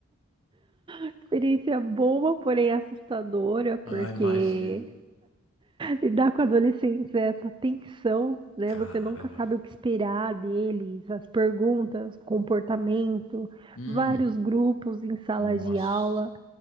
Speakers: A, on the right; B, on the left.
A: Experiência boa, porém assustadora, porque
B: ah, imagino.
A: Lidar com adolescentes é essa tensão, né?
B: Caramba.
A: Você nunca sabe o que esperar deles, as perguntas, comportamento,
B: Hum,
A: vários grupos em salas
B: nossa.
A: de aula.